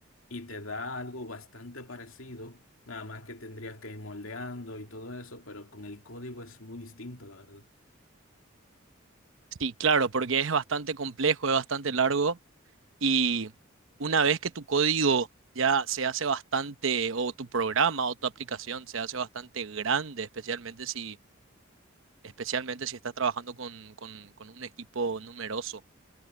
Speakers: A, on the left; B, on the right.
A: y te da algo bastante parecido, nada más que tendrías que ir moldeando y todo eso, pero con el código es muy distinto, la verdad.
B: Sí, claro, porque es bastante complejo, es bastante largo y una vez que tu código ya se hace bastante, o tu programa o tu aplicación se hace bastante grande, especialmente si especialmente si estás trabajando con, con- con un equipo numeroso.